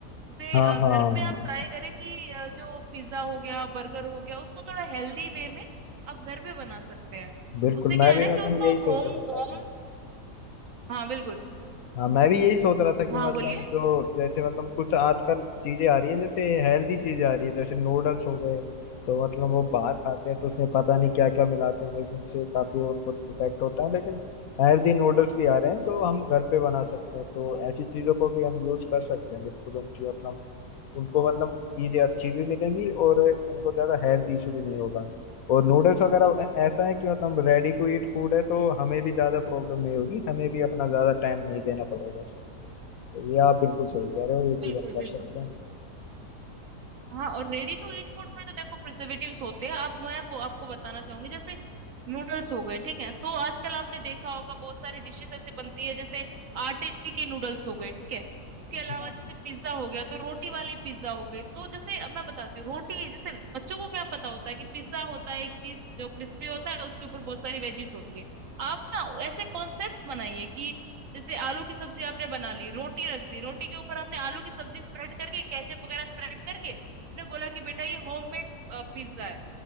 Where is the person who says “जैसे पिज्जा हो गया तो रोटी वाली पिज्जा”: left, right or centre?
Right